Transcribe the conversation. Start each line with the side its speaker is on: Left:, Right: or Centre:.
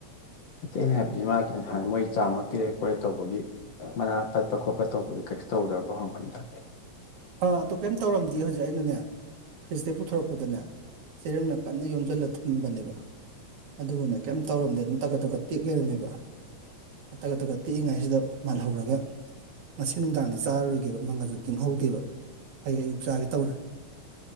Left: ꯑꯇꯩꯅ ꯍꯥꯏꯕꯗꯤ ꯃꯥꯒꯤ ꯅꯥꯟ ꯃꯣꯏ ꯆꯥꯝꯃ ꯄꯤꯔꯛꯦ ꯈꯣꯠꯂꯦ ꯇꯧꯕꯒꯤ ꯃꯅꯥ ꯄꯠꯄ ꯈꯣꯠꯄ ꯇꯧꯕꯗꯨ ꯀꯩꯁꯨ ꯇꯧꯗ꯭ꯔꯄ ꯍꯪꯕꯅꯤꯗ
Right: ꯑꯥ ꯑꯗꯨ ꯀꯩꯝ ꯇꯧꯔꯝꯗꯦ ꯍꯧꯖꯤꯛ ꯑꯩꯅꯅꯦ ꯐ꯭ꯔꯤꯁꯇ ꯄꯨꯊꯣꯔꯛꯄꯗꯅꯦ ꯆꯦꯔꯡꯅ ꯀꯟꯅ ꯌꯣꯝꯁꯤꯜꯂ ꯊꯝꯕꯅꯦꯕ ꯑꯗꯨꯒꯅ ꯀꯩꯝ ꯇꯧꯔꯝꯗꯦ ꯑꯗꯨꯝ ꯇꯛꯀꯠ ꯇꯀꯠ ꯇꯦꯛ ꯂꯩꯔꯝꯃꯦꯕ ꯇꯛ ꯇꯀꯛ ꯇꯦꯛꯏꯉꯥꯏꯁꯤꯗ ꯃꯥꯜꯍꯧꯔꯒ ꯉꯁꯤ ꯅꯨꯡꯗꯥꯡꯗꯤ ꯆꯥꯔꯔꯣꯏꯒꯦꯕ ꯃꯪꯒꯜꯁꯨ ꯇꯤꯡꯍꯧꯗꯦꯕ ꯑꯩ ꯑꯌꯨꯛ ꯆꯥꯒꯦ ꯇꯧꯅꯤ